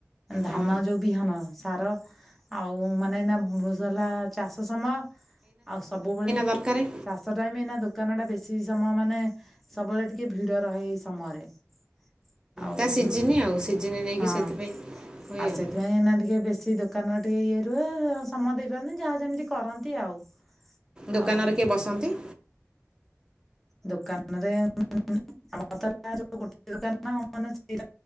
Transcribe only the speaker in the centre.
ଧାନ
ଯୋଉ ବିହନ ସାର ଆଉ ମାନେ ଏଇନା ବ ହେଲା ଚାଷ ସମୟ। ଆଉ ସବୁବେଳେ
ଚାଷ ଟାଇମ୍ ଏଇନା ଦୋକାନ ଟା ବେଶୀ ସମୟ ମାନେ ସବୁବେଳେ ଟିକେ ଭିଡ ରହେ ଏଇ ସମୟରେ। <inaudible> ଆଉ
ହୁଁ
ହଁ ଆଉ
ସେଥିପାଇଁ ଏଇନା ଟିକେ ବେଶୀ ଦୋ ଦୋକାନ ଟିକେ ଇଏ ରୁହେ ସମୟ ଦେଇପାରନ୍ତି ଯାହା ଯେମିତି କରନ୍ତି ଆଉ।
ଆଉ
ଦୋକାନରେ। <unintelligible> <unintelligible> ଗୋଟେ ଦୋକାନ ନା ସେ